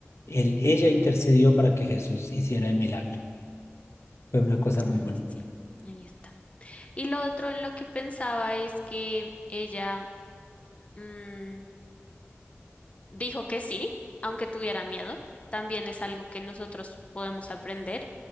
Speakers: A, on the left; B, on the left.
A: Él, ella intercedió para que Jesús hiciera el milagro. Fue una cosa
B: Ah,
A: muy bonita,
B: sí, ahí está. Y lo otro en lo que pensaba es que ella mm, dijo que sí, aunque tuviera miedo. También es algo que nosotros podemos aprender,